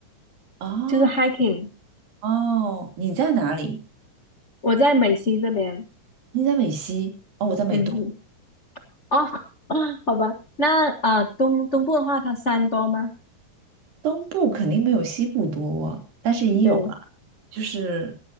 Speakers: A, on the right (about 80°); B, on the left (about 80°).
A: 哦
B: 就是 hiking。
A: 哦，你在哪里？
B: 我在美西这边，
A: 你在美西，哦，我在美东，
B: 嗯，哦，<laughs> 好吧，那呃，东东部的话，它山多吗？
A: 东部肯定没有西部多啊但是也有了，
B: 对，
A: 就是，